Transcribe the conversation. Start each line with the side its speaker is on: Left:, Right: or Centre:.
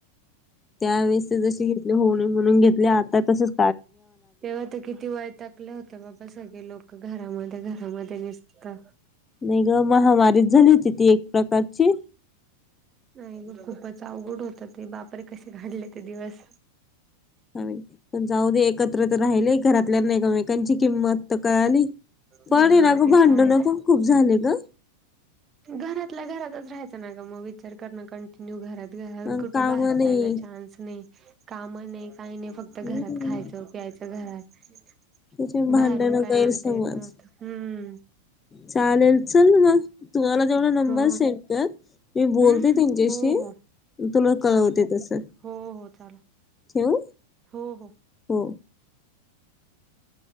Left: त्यावेळेस जसे घेतले हो ना म्हणून घेतले आता तसेच
Right: तेव्हा त किती वैतागले होते बाबा सगळे लोक घरामध्ये घरामध्ये निस ता
Left: नाही ग महामारी झाली होती ती एक प्रकारची
Right: नाही ग खूपच अवघड होत ते बापरे कसे घालवले ते दिवस
Left: आणि पण जाऊ दे एकत्र तर राहिले घरातल्यांना एकमेकांची किंमत तर कळाली पण
Right: मग
Left: आहे ना ग
Right: ते
Left: भांडणं
Right: तर आहेच.
Left: पण खूप झाले ग
Right: घरातल्या घरातच राहायचं ना ग मग विचार करण कंटिन्यू घरात-घरात
Left: अन
Right: कुठं
Left: काम
Right: बाहेर
Left: नाही
Right: जायला चान्सच नाही काम नाही, काही नाही फक्त घरात
Left: हम्म
Right: खायचं, प्यायचं घरात
Left: त्याचे भांडणं
Right: बाहेरून काय
Left: गैरसमज
Right: आणता येत नव्हत हम्म
Left: चालेल चल मग तू मला तेवढा नंबर
Right: हो
Left: सेंड कर मी बोलते
Right: हम्म
Left: त्यांच्याशी
Right: हो हो
Left: तुला
Right: चाल
Left: कळवते तस ठेवू?
Right: हो हो चाल हो हो
Left: हो.